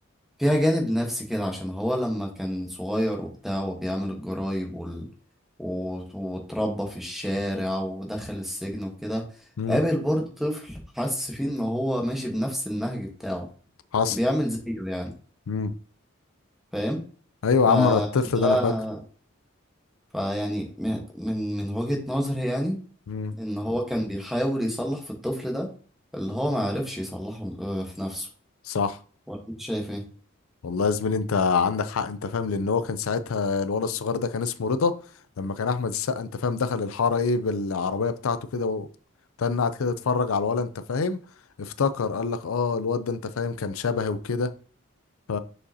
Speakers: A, in the centre; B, on the left (about 85°).
A: فيها جانب نفسي كده عشان هو لما كان صغير وبتاع وبيعمل الجرايب وال... وت- واتربى في الشارع ودخل السجن وكده
B: امم
A: قابل برضه طفل حس فيه ان هو ماشي بنفس النهج بتاعه
B: حصل
A: بيعمل زيه يعني
B: مم.
A: فاهم
B: ايوه
A: فده
B: يا عم انا الطفل ده انا فاكر
A: فيعني م- من من وجهة نظري يعني
B: مم.
A: ان هو كان بيحاول يصلح في الطفل ده اللي هو ما عرفش يصلحه آه، في نفسه
B: صح
A: ولا انت شايف ايه؟
B: والله يا زميلي انت عندك حق انت فاهم لان هو كان ساعتها الولد الصغير ده كان اسمه رضا لما كان احمد السقا انت فاهم دخل الحاره ايه بالعربيه بتاعته كده وتنعت كده اتفرج على الولد انت فاهم افتكر قال لك اه الواد ده انت فاهم كان شبهي وكده ف